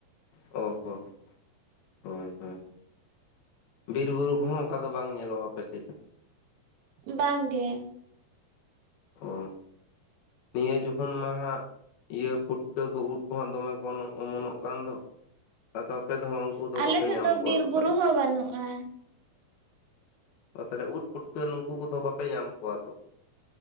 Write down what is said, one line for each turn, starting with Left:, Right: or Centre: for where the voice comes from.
Left: ᱚ ᱦᱚᱸ ᱦᱳᱭ ᱦᱳᱭ ᱵᱤᱨᱵᱩᱨᱩ ᱠᱚᱦᱚᱸ ᱚᱱᱠᱟ ᱫᱚ ᱵᱟᱝ ᱧᱮᱞᱚᱜᱼᱟ ᱟᱯᱮᱥᱮᱫ
Right: ᱵᱟᱝ ᱜᱮ
Left: ᱚ ᱱᱤᱭᱟᱹ ᱡᱚᱠᱷᱚᱱ ᱢᱟ ᱦᱟᱜ ᱤᱭᱟᱹ ᱯᱩᱴᱠᱟᱹ ᱠᱚ ᱩᱫ ᱠᱚᱦᱚᱸ ᱫᱚᱢᱮ ᱠᱚ ᱚᱢᱚᱱᱚᱜ ᱠᱟᱱ ᱫᱚ ᱾ ᱟᱫᱚ ᱟᱯᱮ ᱫᱚᱦᱚ ᱩᱱᱠᱩ
Right: ᱟᱞᱮ
Left: ᱫᱚ ᱵᱟᱯᱮ
Right: ᱥᱮᱫ
Left: ᱧᱟᱢ
Right: ᱫᱚ
Left: ᱠᱚᱣᱟ
Right: ᱵᱤᱨ
Left: ᱛᱚ
Right: ᱵᱩᱨᱩ
Left: ᱛᱟᱦᱚᱞᱮ
Right: ᱦᱚᱸ
Left: ᱾
Right: ᱵᱟᱹᱱᱩᱜᱼᱟ
Left: ᱛᱟᱦᱚᱞᱮ ᱩᱫ ᱯᱩᱴᱠᱟᱹ ᱱᱩᱠᱩ ᱠᱚᱫᱚ ᱵᱟᱯᱮ ᱧᱟᱢ ᱠᱚᱣᱟ ᱛᱚ ᱾